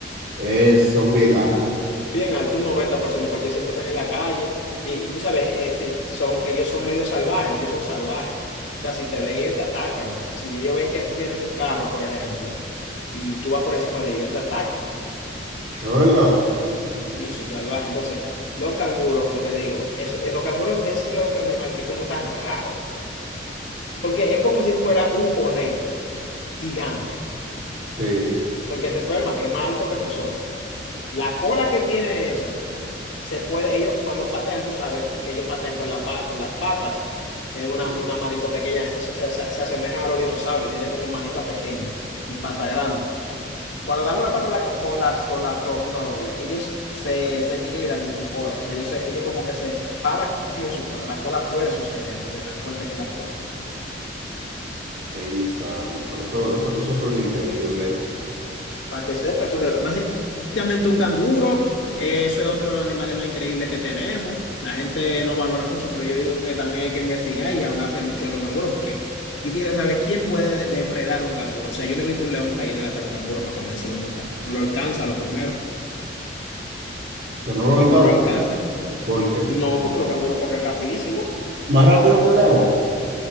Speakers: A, on the right; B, on the left.
A: es, son bien altas.
B: Bien alto, un 90% porque siempre están en la calle. Y, y tú sabes, eh, si son, ellos son medio salvajes, ellos son salvajes. O sea, si te ven, ellos te atacan. Si ellos ven que tú vienes en un carro, por ejemplo, y tú vas por encima de ellos, te atacan.
A: ¿Es verdad?
B: Sí, son salvajes. Entonces, los canguros, como te digo, eso, eh, los canguros, eso es otro animal que es como tan raro. Porque es como si fuera un conejo gigante.
A: Sí.
B: Porque ese es el problema, que es más alto que nosotros. La cola que tiene eso se puede, ellos cuando patean, tú sabes que ellos patean con la, pa- con las patas, tienen una,
A: Sí.
B: una manito pequeña, esas se, se, se asemejan a los dinosaurios, tienen como manita pequeña y pata grande. Cuando dan una patada co- con, las, con las dos, una doble, ellos se, se equilibran en su cola, o sea, ellos, se- ellos como que se paran en su cola, la cola puede sostenerlo de tan fuerte que la cola.
A: Ay, santo. Eso, eso, eso suena increíble.
B: para que sepa. Entonces, básicamente un canguro, eh, eso es otro de los animales más increíbles que tenemos. La gente no valora mucho, pero yo digo que también hay que investigar y hablarse mucho de los canguros, porque yo quisiera saber quién puede depredar un canguro. O sea, yo no he visto un león cayendo atrás de un canguro para comérselo nunca. No lo alcanza, lo primero.
A: Que no lo alcance.
B: No lo alcanza.
A: ¿Por qué?
B: No, porque los canguros corren rapidísimo.
A: Más rápido que un león.